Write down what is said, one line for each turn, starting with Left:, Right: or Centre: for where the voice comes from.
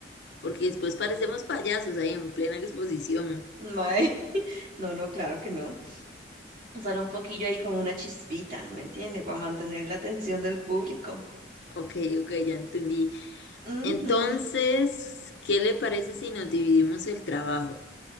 Left: porque después parecemos payasos ahí en plena exposición.
Right: Mae, <laughs> no, no, claro que no. Solo un poquillo ahí como una chispita, ¿me entiende? Para mantener la atención del público.
Left: Ok, ok, ya entendí.
Right: Ujú.
Left: Entonces, ¿qué le parece si nos dividimos el trabajo?